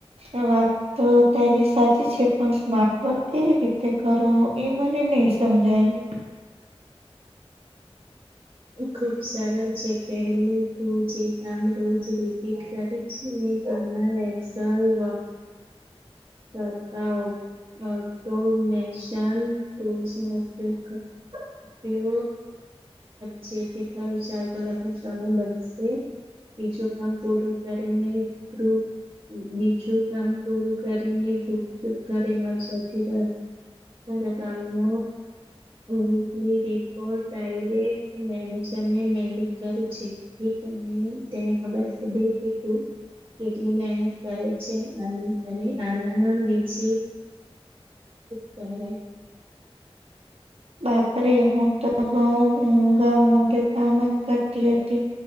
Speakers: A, on the right; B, on the right.
A: હ વા તો તારી સાચી છે પણ સ્માર્ટ વર્ક કેવી રીતે કરવો એ મને નહી સમજાયું
B: એ ખુબ સરળ છે પેલું તું જે કામ રોજ રિપીટ કરી ત એસલ અથવા ઓટોનેશન ટૂલ્સ નો ઉપયોગ ઉપયોગ કરજેતી ત વિચાર કરને સમય બસશે બીજું કામ પૂરું કરીને ગુપ બીજુ કામ પૂરું કરીને ગુપચુપ કરવા જતી રહે કામ ન વિકલી રિપોર્ટ ડાયરેક્ટ મેનેજરને મેલ કર જેથી તને તેને ખબર પડે કે તું કેટલી મહેનત કરે છે અને આનાી જ કહેવાાઈ
A: બાપરે હું તો બહુમોઘા મોઢે કામ જ કરતી હતી